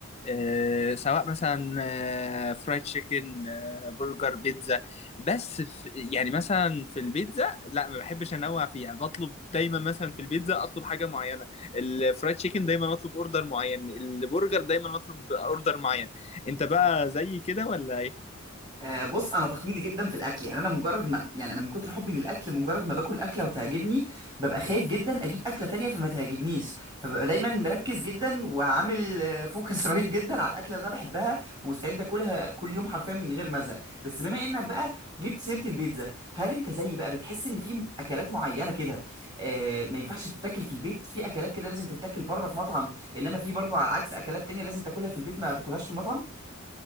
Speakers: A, on the left (about 30°); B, on the right (about 20°).
A: أه سواء مثلا أه فرايد تشيكن أه برجر بيتزا بس في يعني مثلا في البيتزا لا ما بحبش انوع فيها بطلب دايما مثلا في البيتزا اطلب حاجه معينه الفرايد تشيكن دايما اطلب اوردر معين البرجر دايما اطلب اوردر معين انت بقى زي كده ولا ايه
B: آه، بص انا تقليدي جدا في الاكل يعني انا مجرد ما يعني انا من كتر حبي للاكل مجرد ما باكل اكله وتعجبني ببقى خايف جدا اجيب اكله تانية فما تعجبنيش فببقى دايما مركز جدا وعامل آه، فوكس <laughs> رهيب جدا على الاكله اللي انا بحبها ومستعد اكلها كل يوم حرفيا من غير ما ازهق بس بما انك بقى جبت سيره البيتزا هل انت زيي بقى بتحس ان في اكلات معينه كده آه، ما ينفعش تتاكل في البيت في اكلات كده لازم تتاكل بره في مطعم انما في برضو على العكس اكلات تانية لازم تاكلها في البيت ما تاكلهاش في المطعم